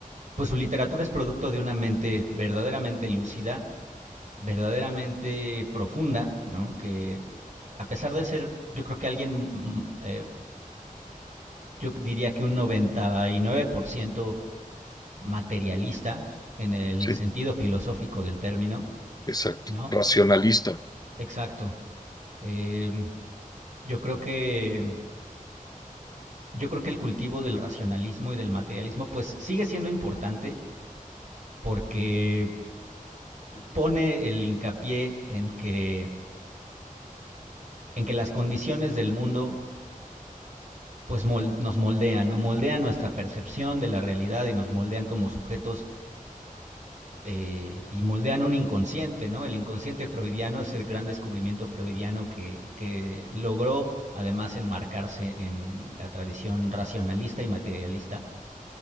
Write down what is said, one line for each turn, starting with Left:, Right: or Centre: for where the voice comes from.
Right: pues su literatura es producto de una mente verdaderamente lúcida, verdaderamente profunda, ¿no? Que a pesar de ser, yo creo que alguien, mm, mm, eh, yo diría que un 99% materialista en el
Left: sí,
Right: sentido filosófico del término,
Left: exacto.
Right: ¿no?
Left: Racionalista,
Right: Exacto. Eh, yo creo que yo creo que el cultivo del racionalismo y del materialismo, pues sigue siendo importante, porque pone el hincapié en que, en que las condiciones del mundo pues mol, nos moldean, ¿no? moldean nuestra percepción de la realidad y nos moldean como sujetos eh, y moldean un inconsciente, ¿no? El inconsciente freudiano es el gran descubrimiento freudiano que, que logró además enmarcarse en la tradición racionalista y materialista